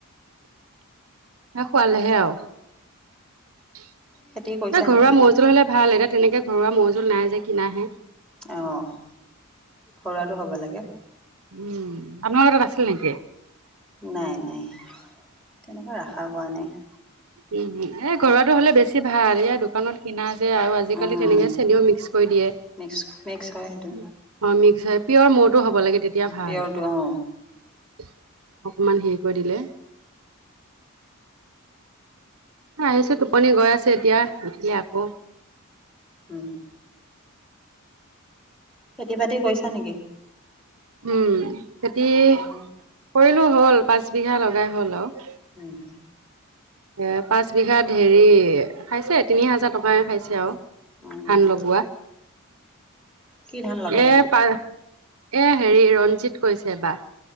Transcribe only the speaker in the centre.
খেতি কৰিছা
নেকি?
আহ ঘৰুৱটো হ'ব লাগে।
নাই নাই তেনেকুৱা ৰাখা হোৱা নাই।
উম
মিক্স মিক্স হয় সেইটো
পিয়ৰটো
অ
উম। খেতি বাতি কৰিছা নেকি?
অ'
উম হ
উম
কি ধান লগালা?